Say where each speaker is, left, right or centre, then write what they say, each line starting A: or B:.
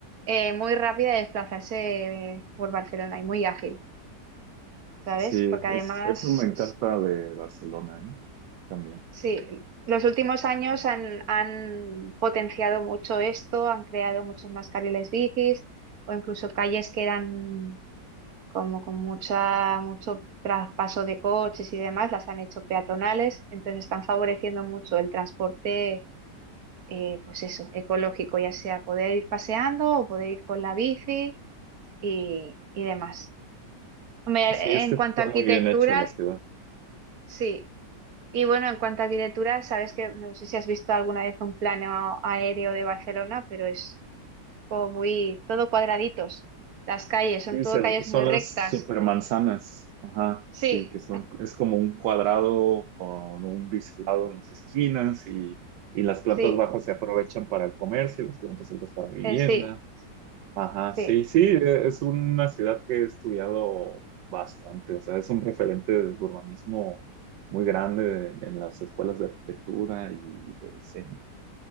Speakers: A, on the right; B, on the right.
A: eh, muy rápida de desplazarse eh, por Barcelona y muy ágil, ¿sabes?
B: Sí,
A: Porque
B: es,
A: además,
B: eso me encanta de Barcelona, ¿eh? También.
A: sí, los últimos años han, han potenciado mucho esto, han creado muchos más carriles bicis o incluso calles que eran como con mucha, mucho traspaso de coches y demás, las han hecho peatonales, entonces están favoreciendo mucho el transporte, eh, pues eso, ecológico, ya sea poder ir paseando o poder ir con la bici y, y demás. Hombre,
B: Sí, es
A: en
B: que
A: cuanto
B: está
A: a
B: muy
A: arquitectura,
B: bien hecha la ciudad.
A: sí. Y bueno, en cuanto a arquitectura, sabes que no sé si has visto alguna vez un plano aéreo de Barcelona, pero es como muy todo cuadraditos. Las calles son
B: Sí,
A: todo
B: se-
A: calles
B: son
A: muy rectas.
B: las supermanzanas. Ajá,
A: Sí,
B: sí, que son, es como un cuadrado con un biselado en las esquinas y, y las plantas
A: sí,
B: bajas se aprovechan para el comercio, las plantas altas para vivienda.
A: eh, sí.
B: Ajá, sí,
A: Sí,
B: sí, e- es una ciudad que he estudiado bastante, o sea, es un referente del urbanismo muy grande en, en las escuelas de arquitectura y de diseño.